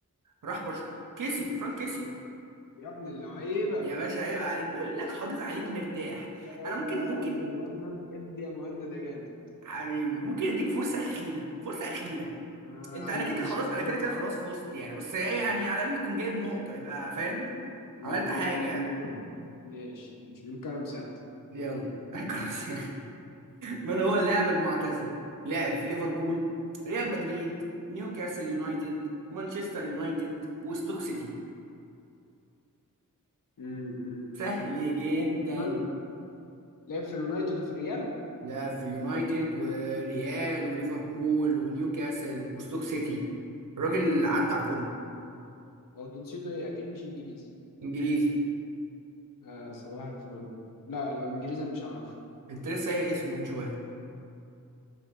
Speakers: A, on the right; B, on the left.
A: راح برش كيسي فرانك كيسي
B: يا ابن اللعيبة
A: يا باشا عيب عليك بقول لك حاطط عليك مرتاح
B: لا
A: انا
B: لا
A: ممكن
B: لا
A: ممكن
B: لا ادي يا مهند ادي يا مهند يا جامد
A: حبيبي ممكن اديك فرصة أخيرة فرصة أخيرة
B: آه
A: انت
B: يا عم
A: انا
B: ماشي
A: كده كده خلاص
B: من
A: انا
B: كرم
A: كده كده خلاص فزت يعني بس ايه يعني على الاقل تكون جايب نقطة يبقى فاهم
B: يعني
A: عملت حاجة
B: من ماشي ماشي من كرم سيادتك
A: يلا <laughs> كروس من هو اللاعب المعتزل لعب في ليفربول ريال مدريد نيوكاسل يونايتد مانشستر يونايتد وستوك سيتي
B: م- م-
A: سهل
B: م- م.
A: جدا
B: لعب في اليونايتد لعب في اليونايتد وفي الريال
A: لعب في اليونايتد وريال وليفربول ونيوكاسل وستوك سيتي الراجل عدى على كله
B: هو جنسيته ايه اكيد مش انجليزي
A: انجليزي
B: آه صباح الفل لا لو انجليزي أنا مش هعرف
A: انت لسه قايل اسمه من شويه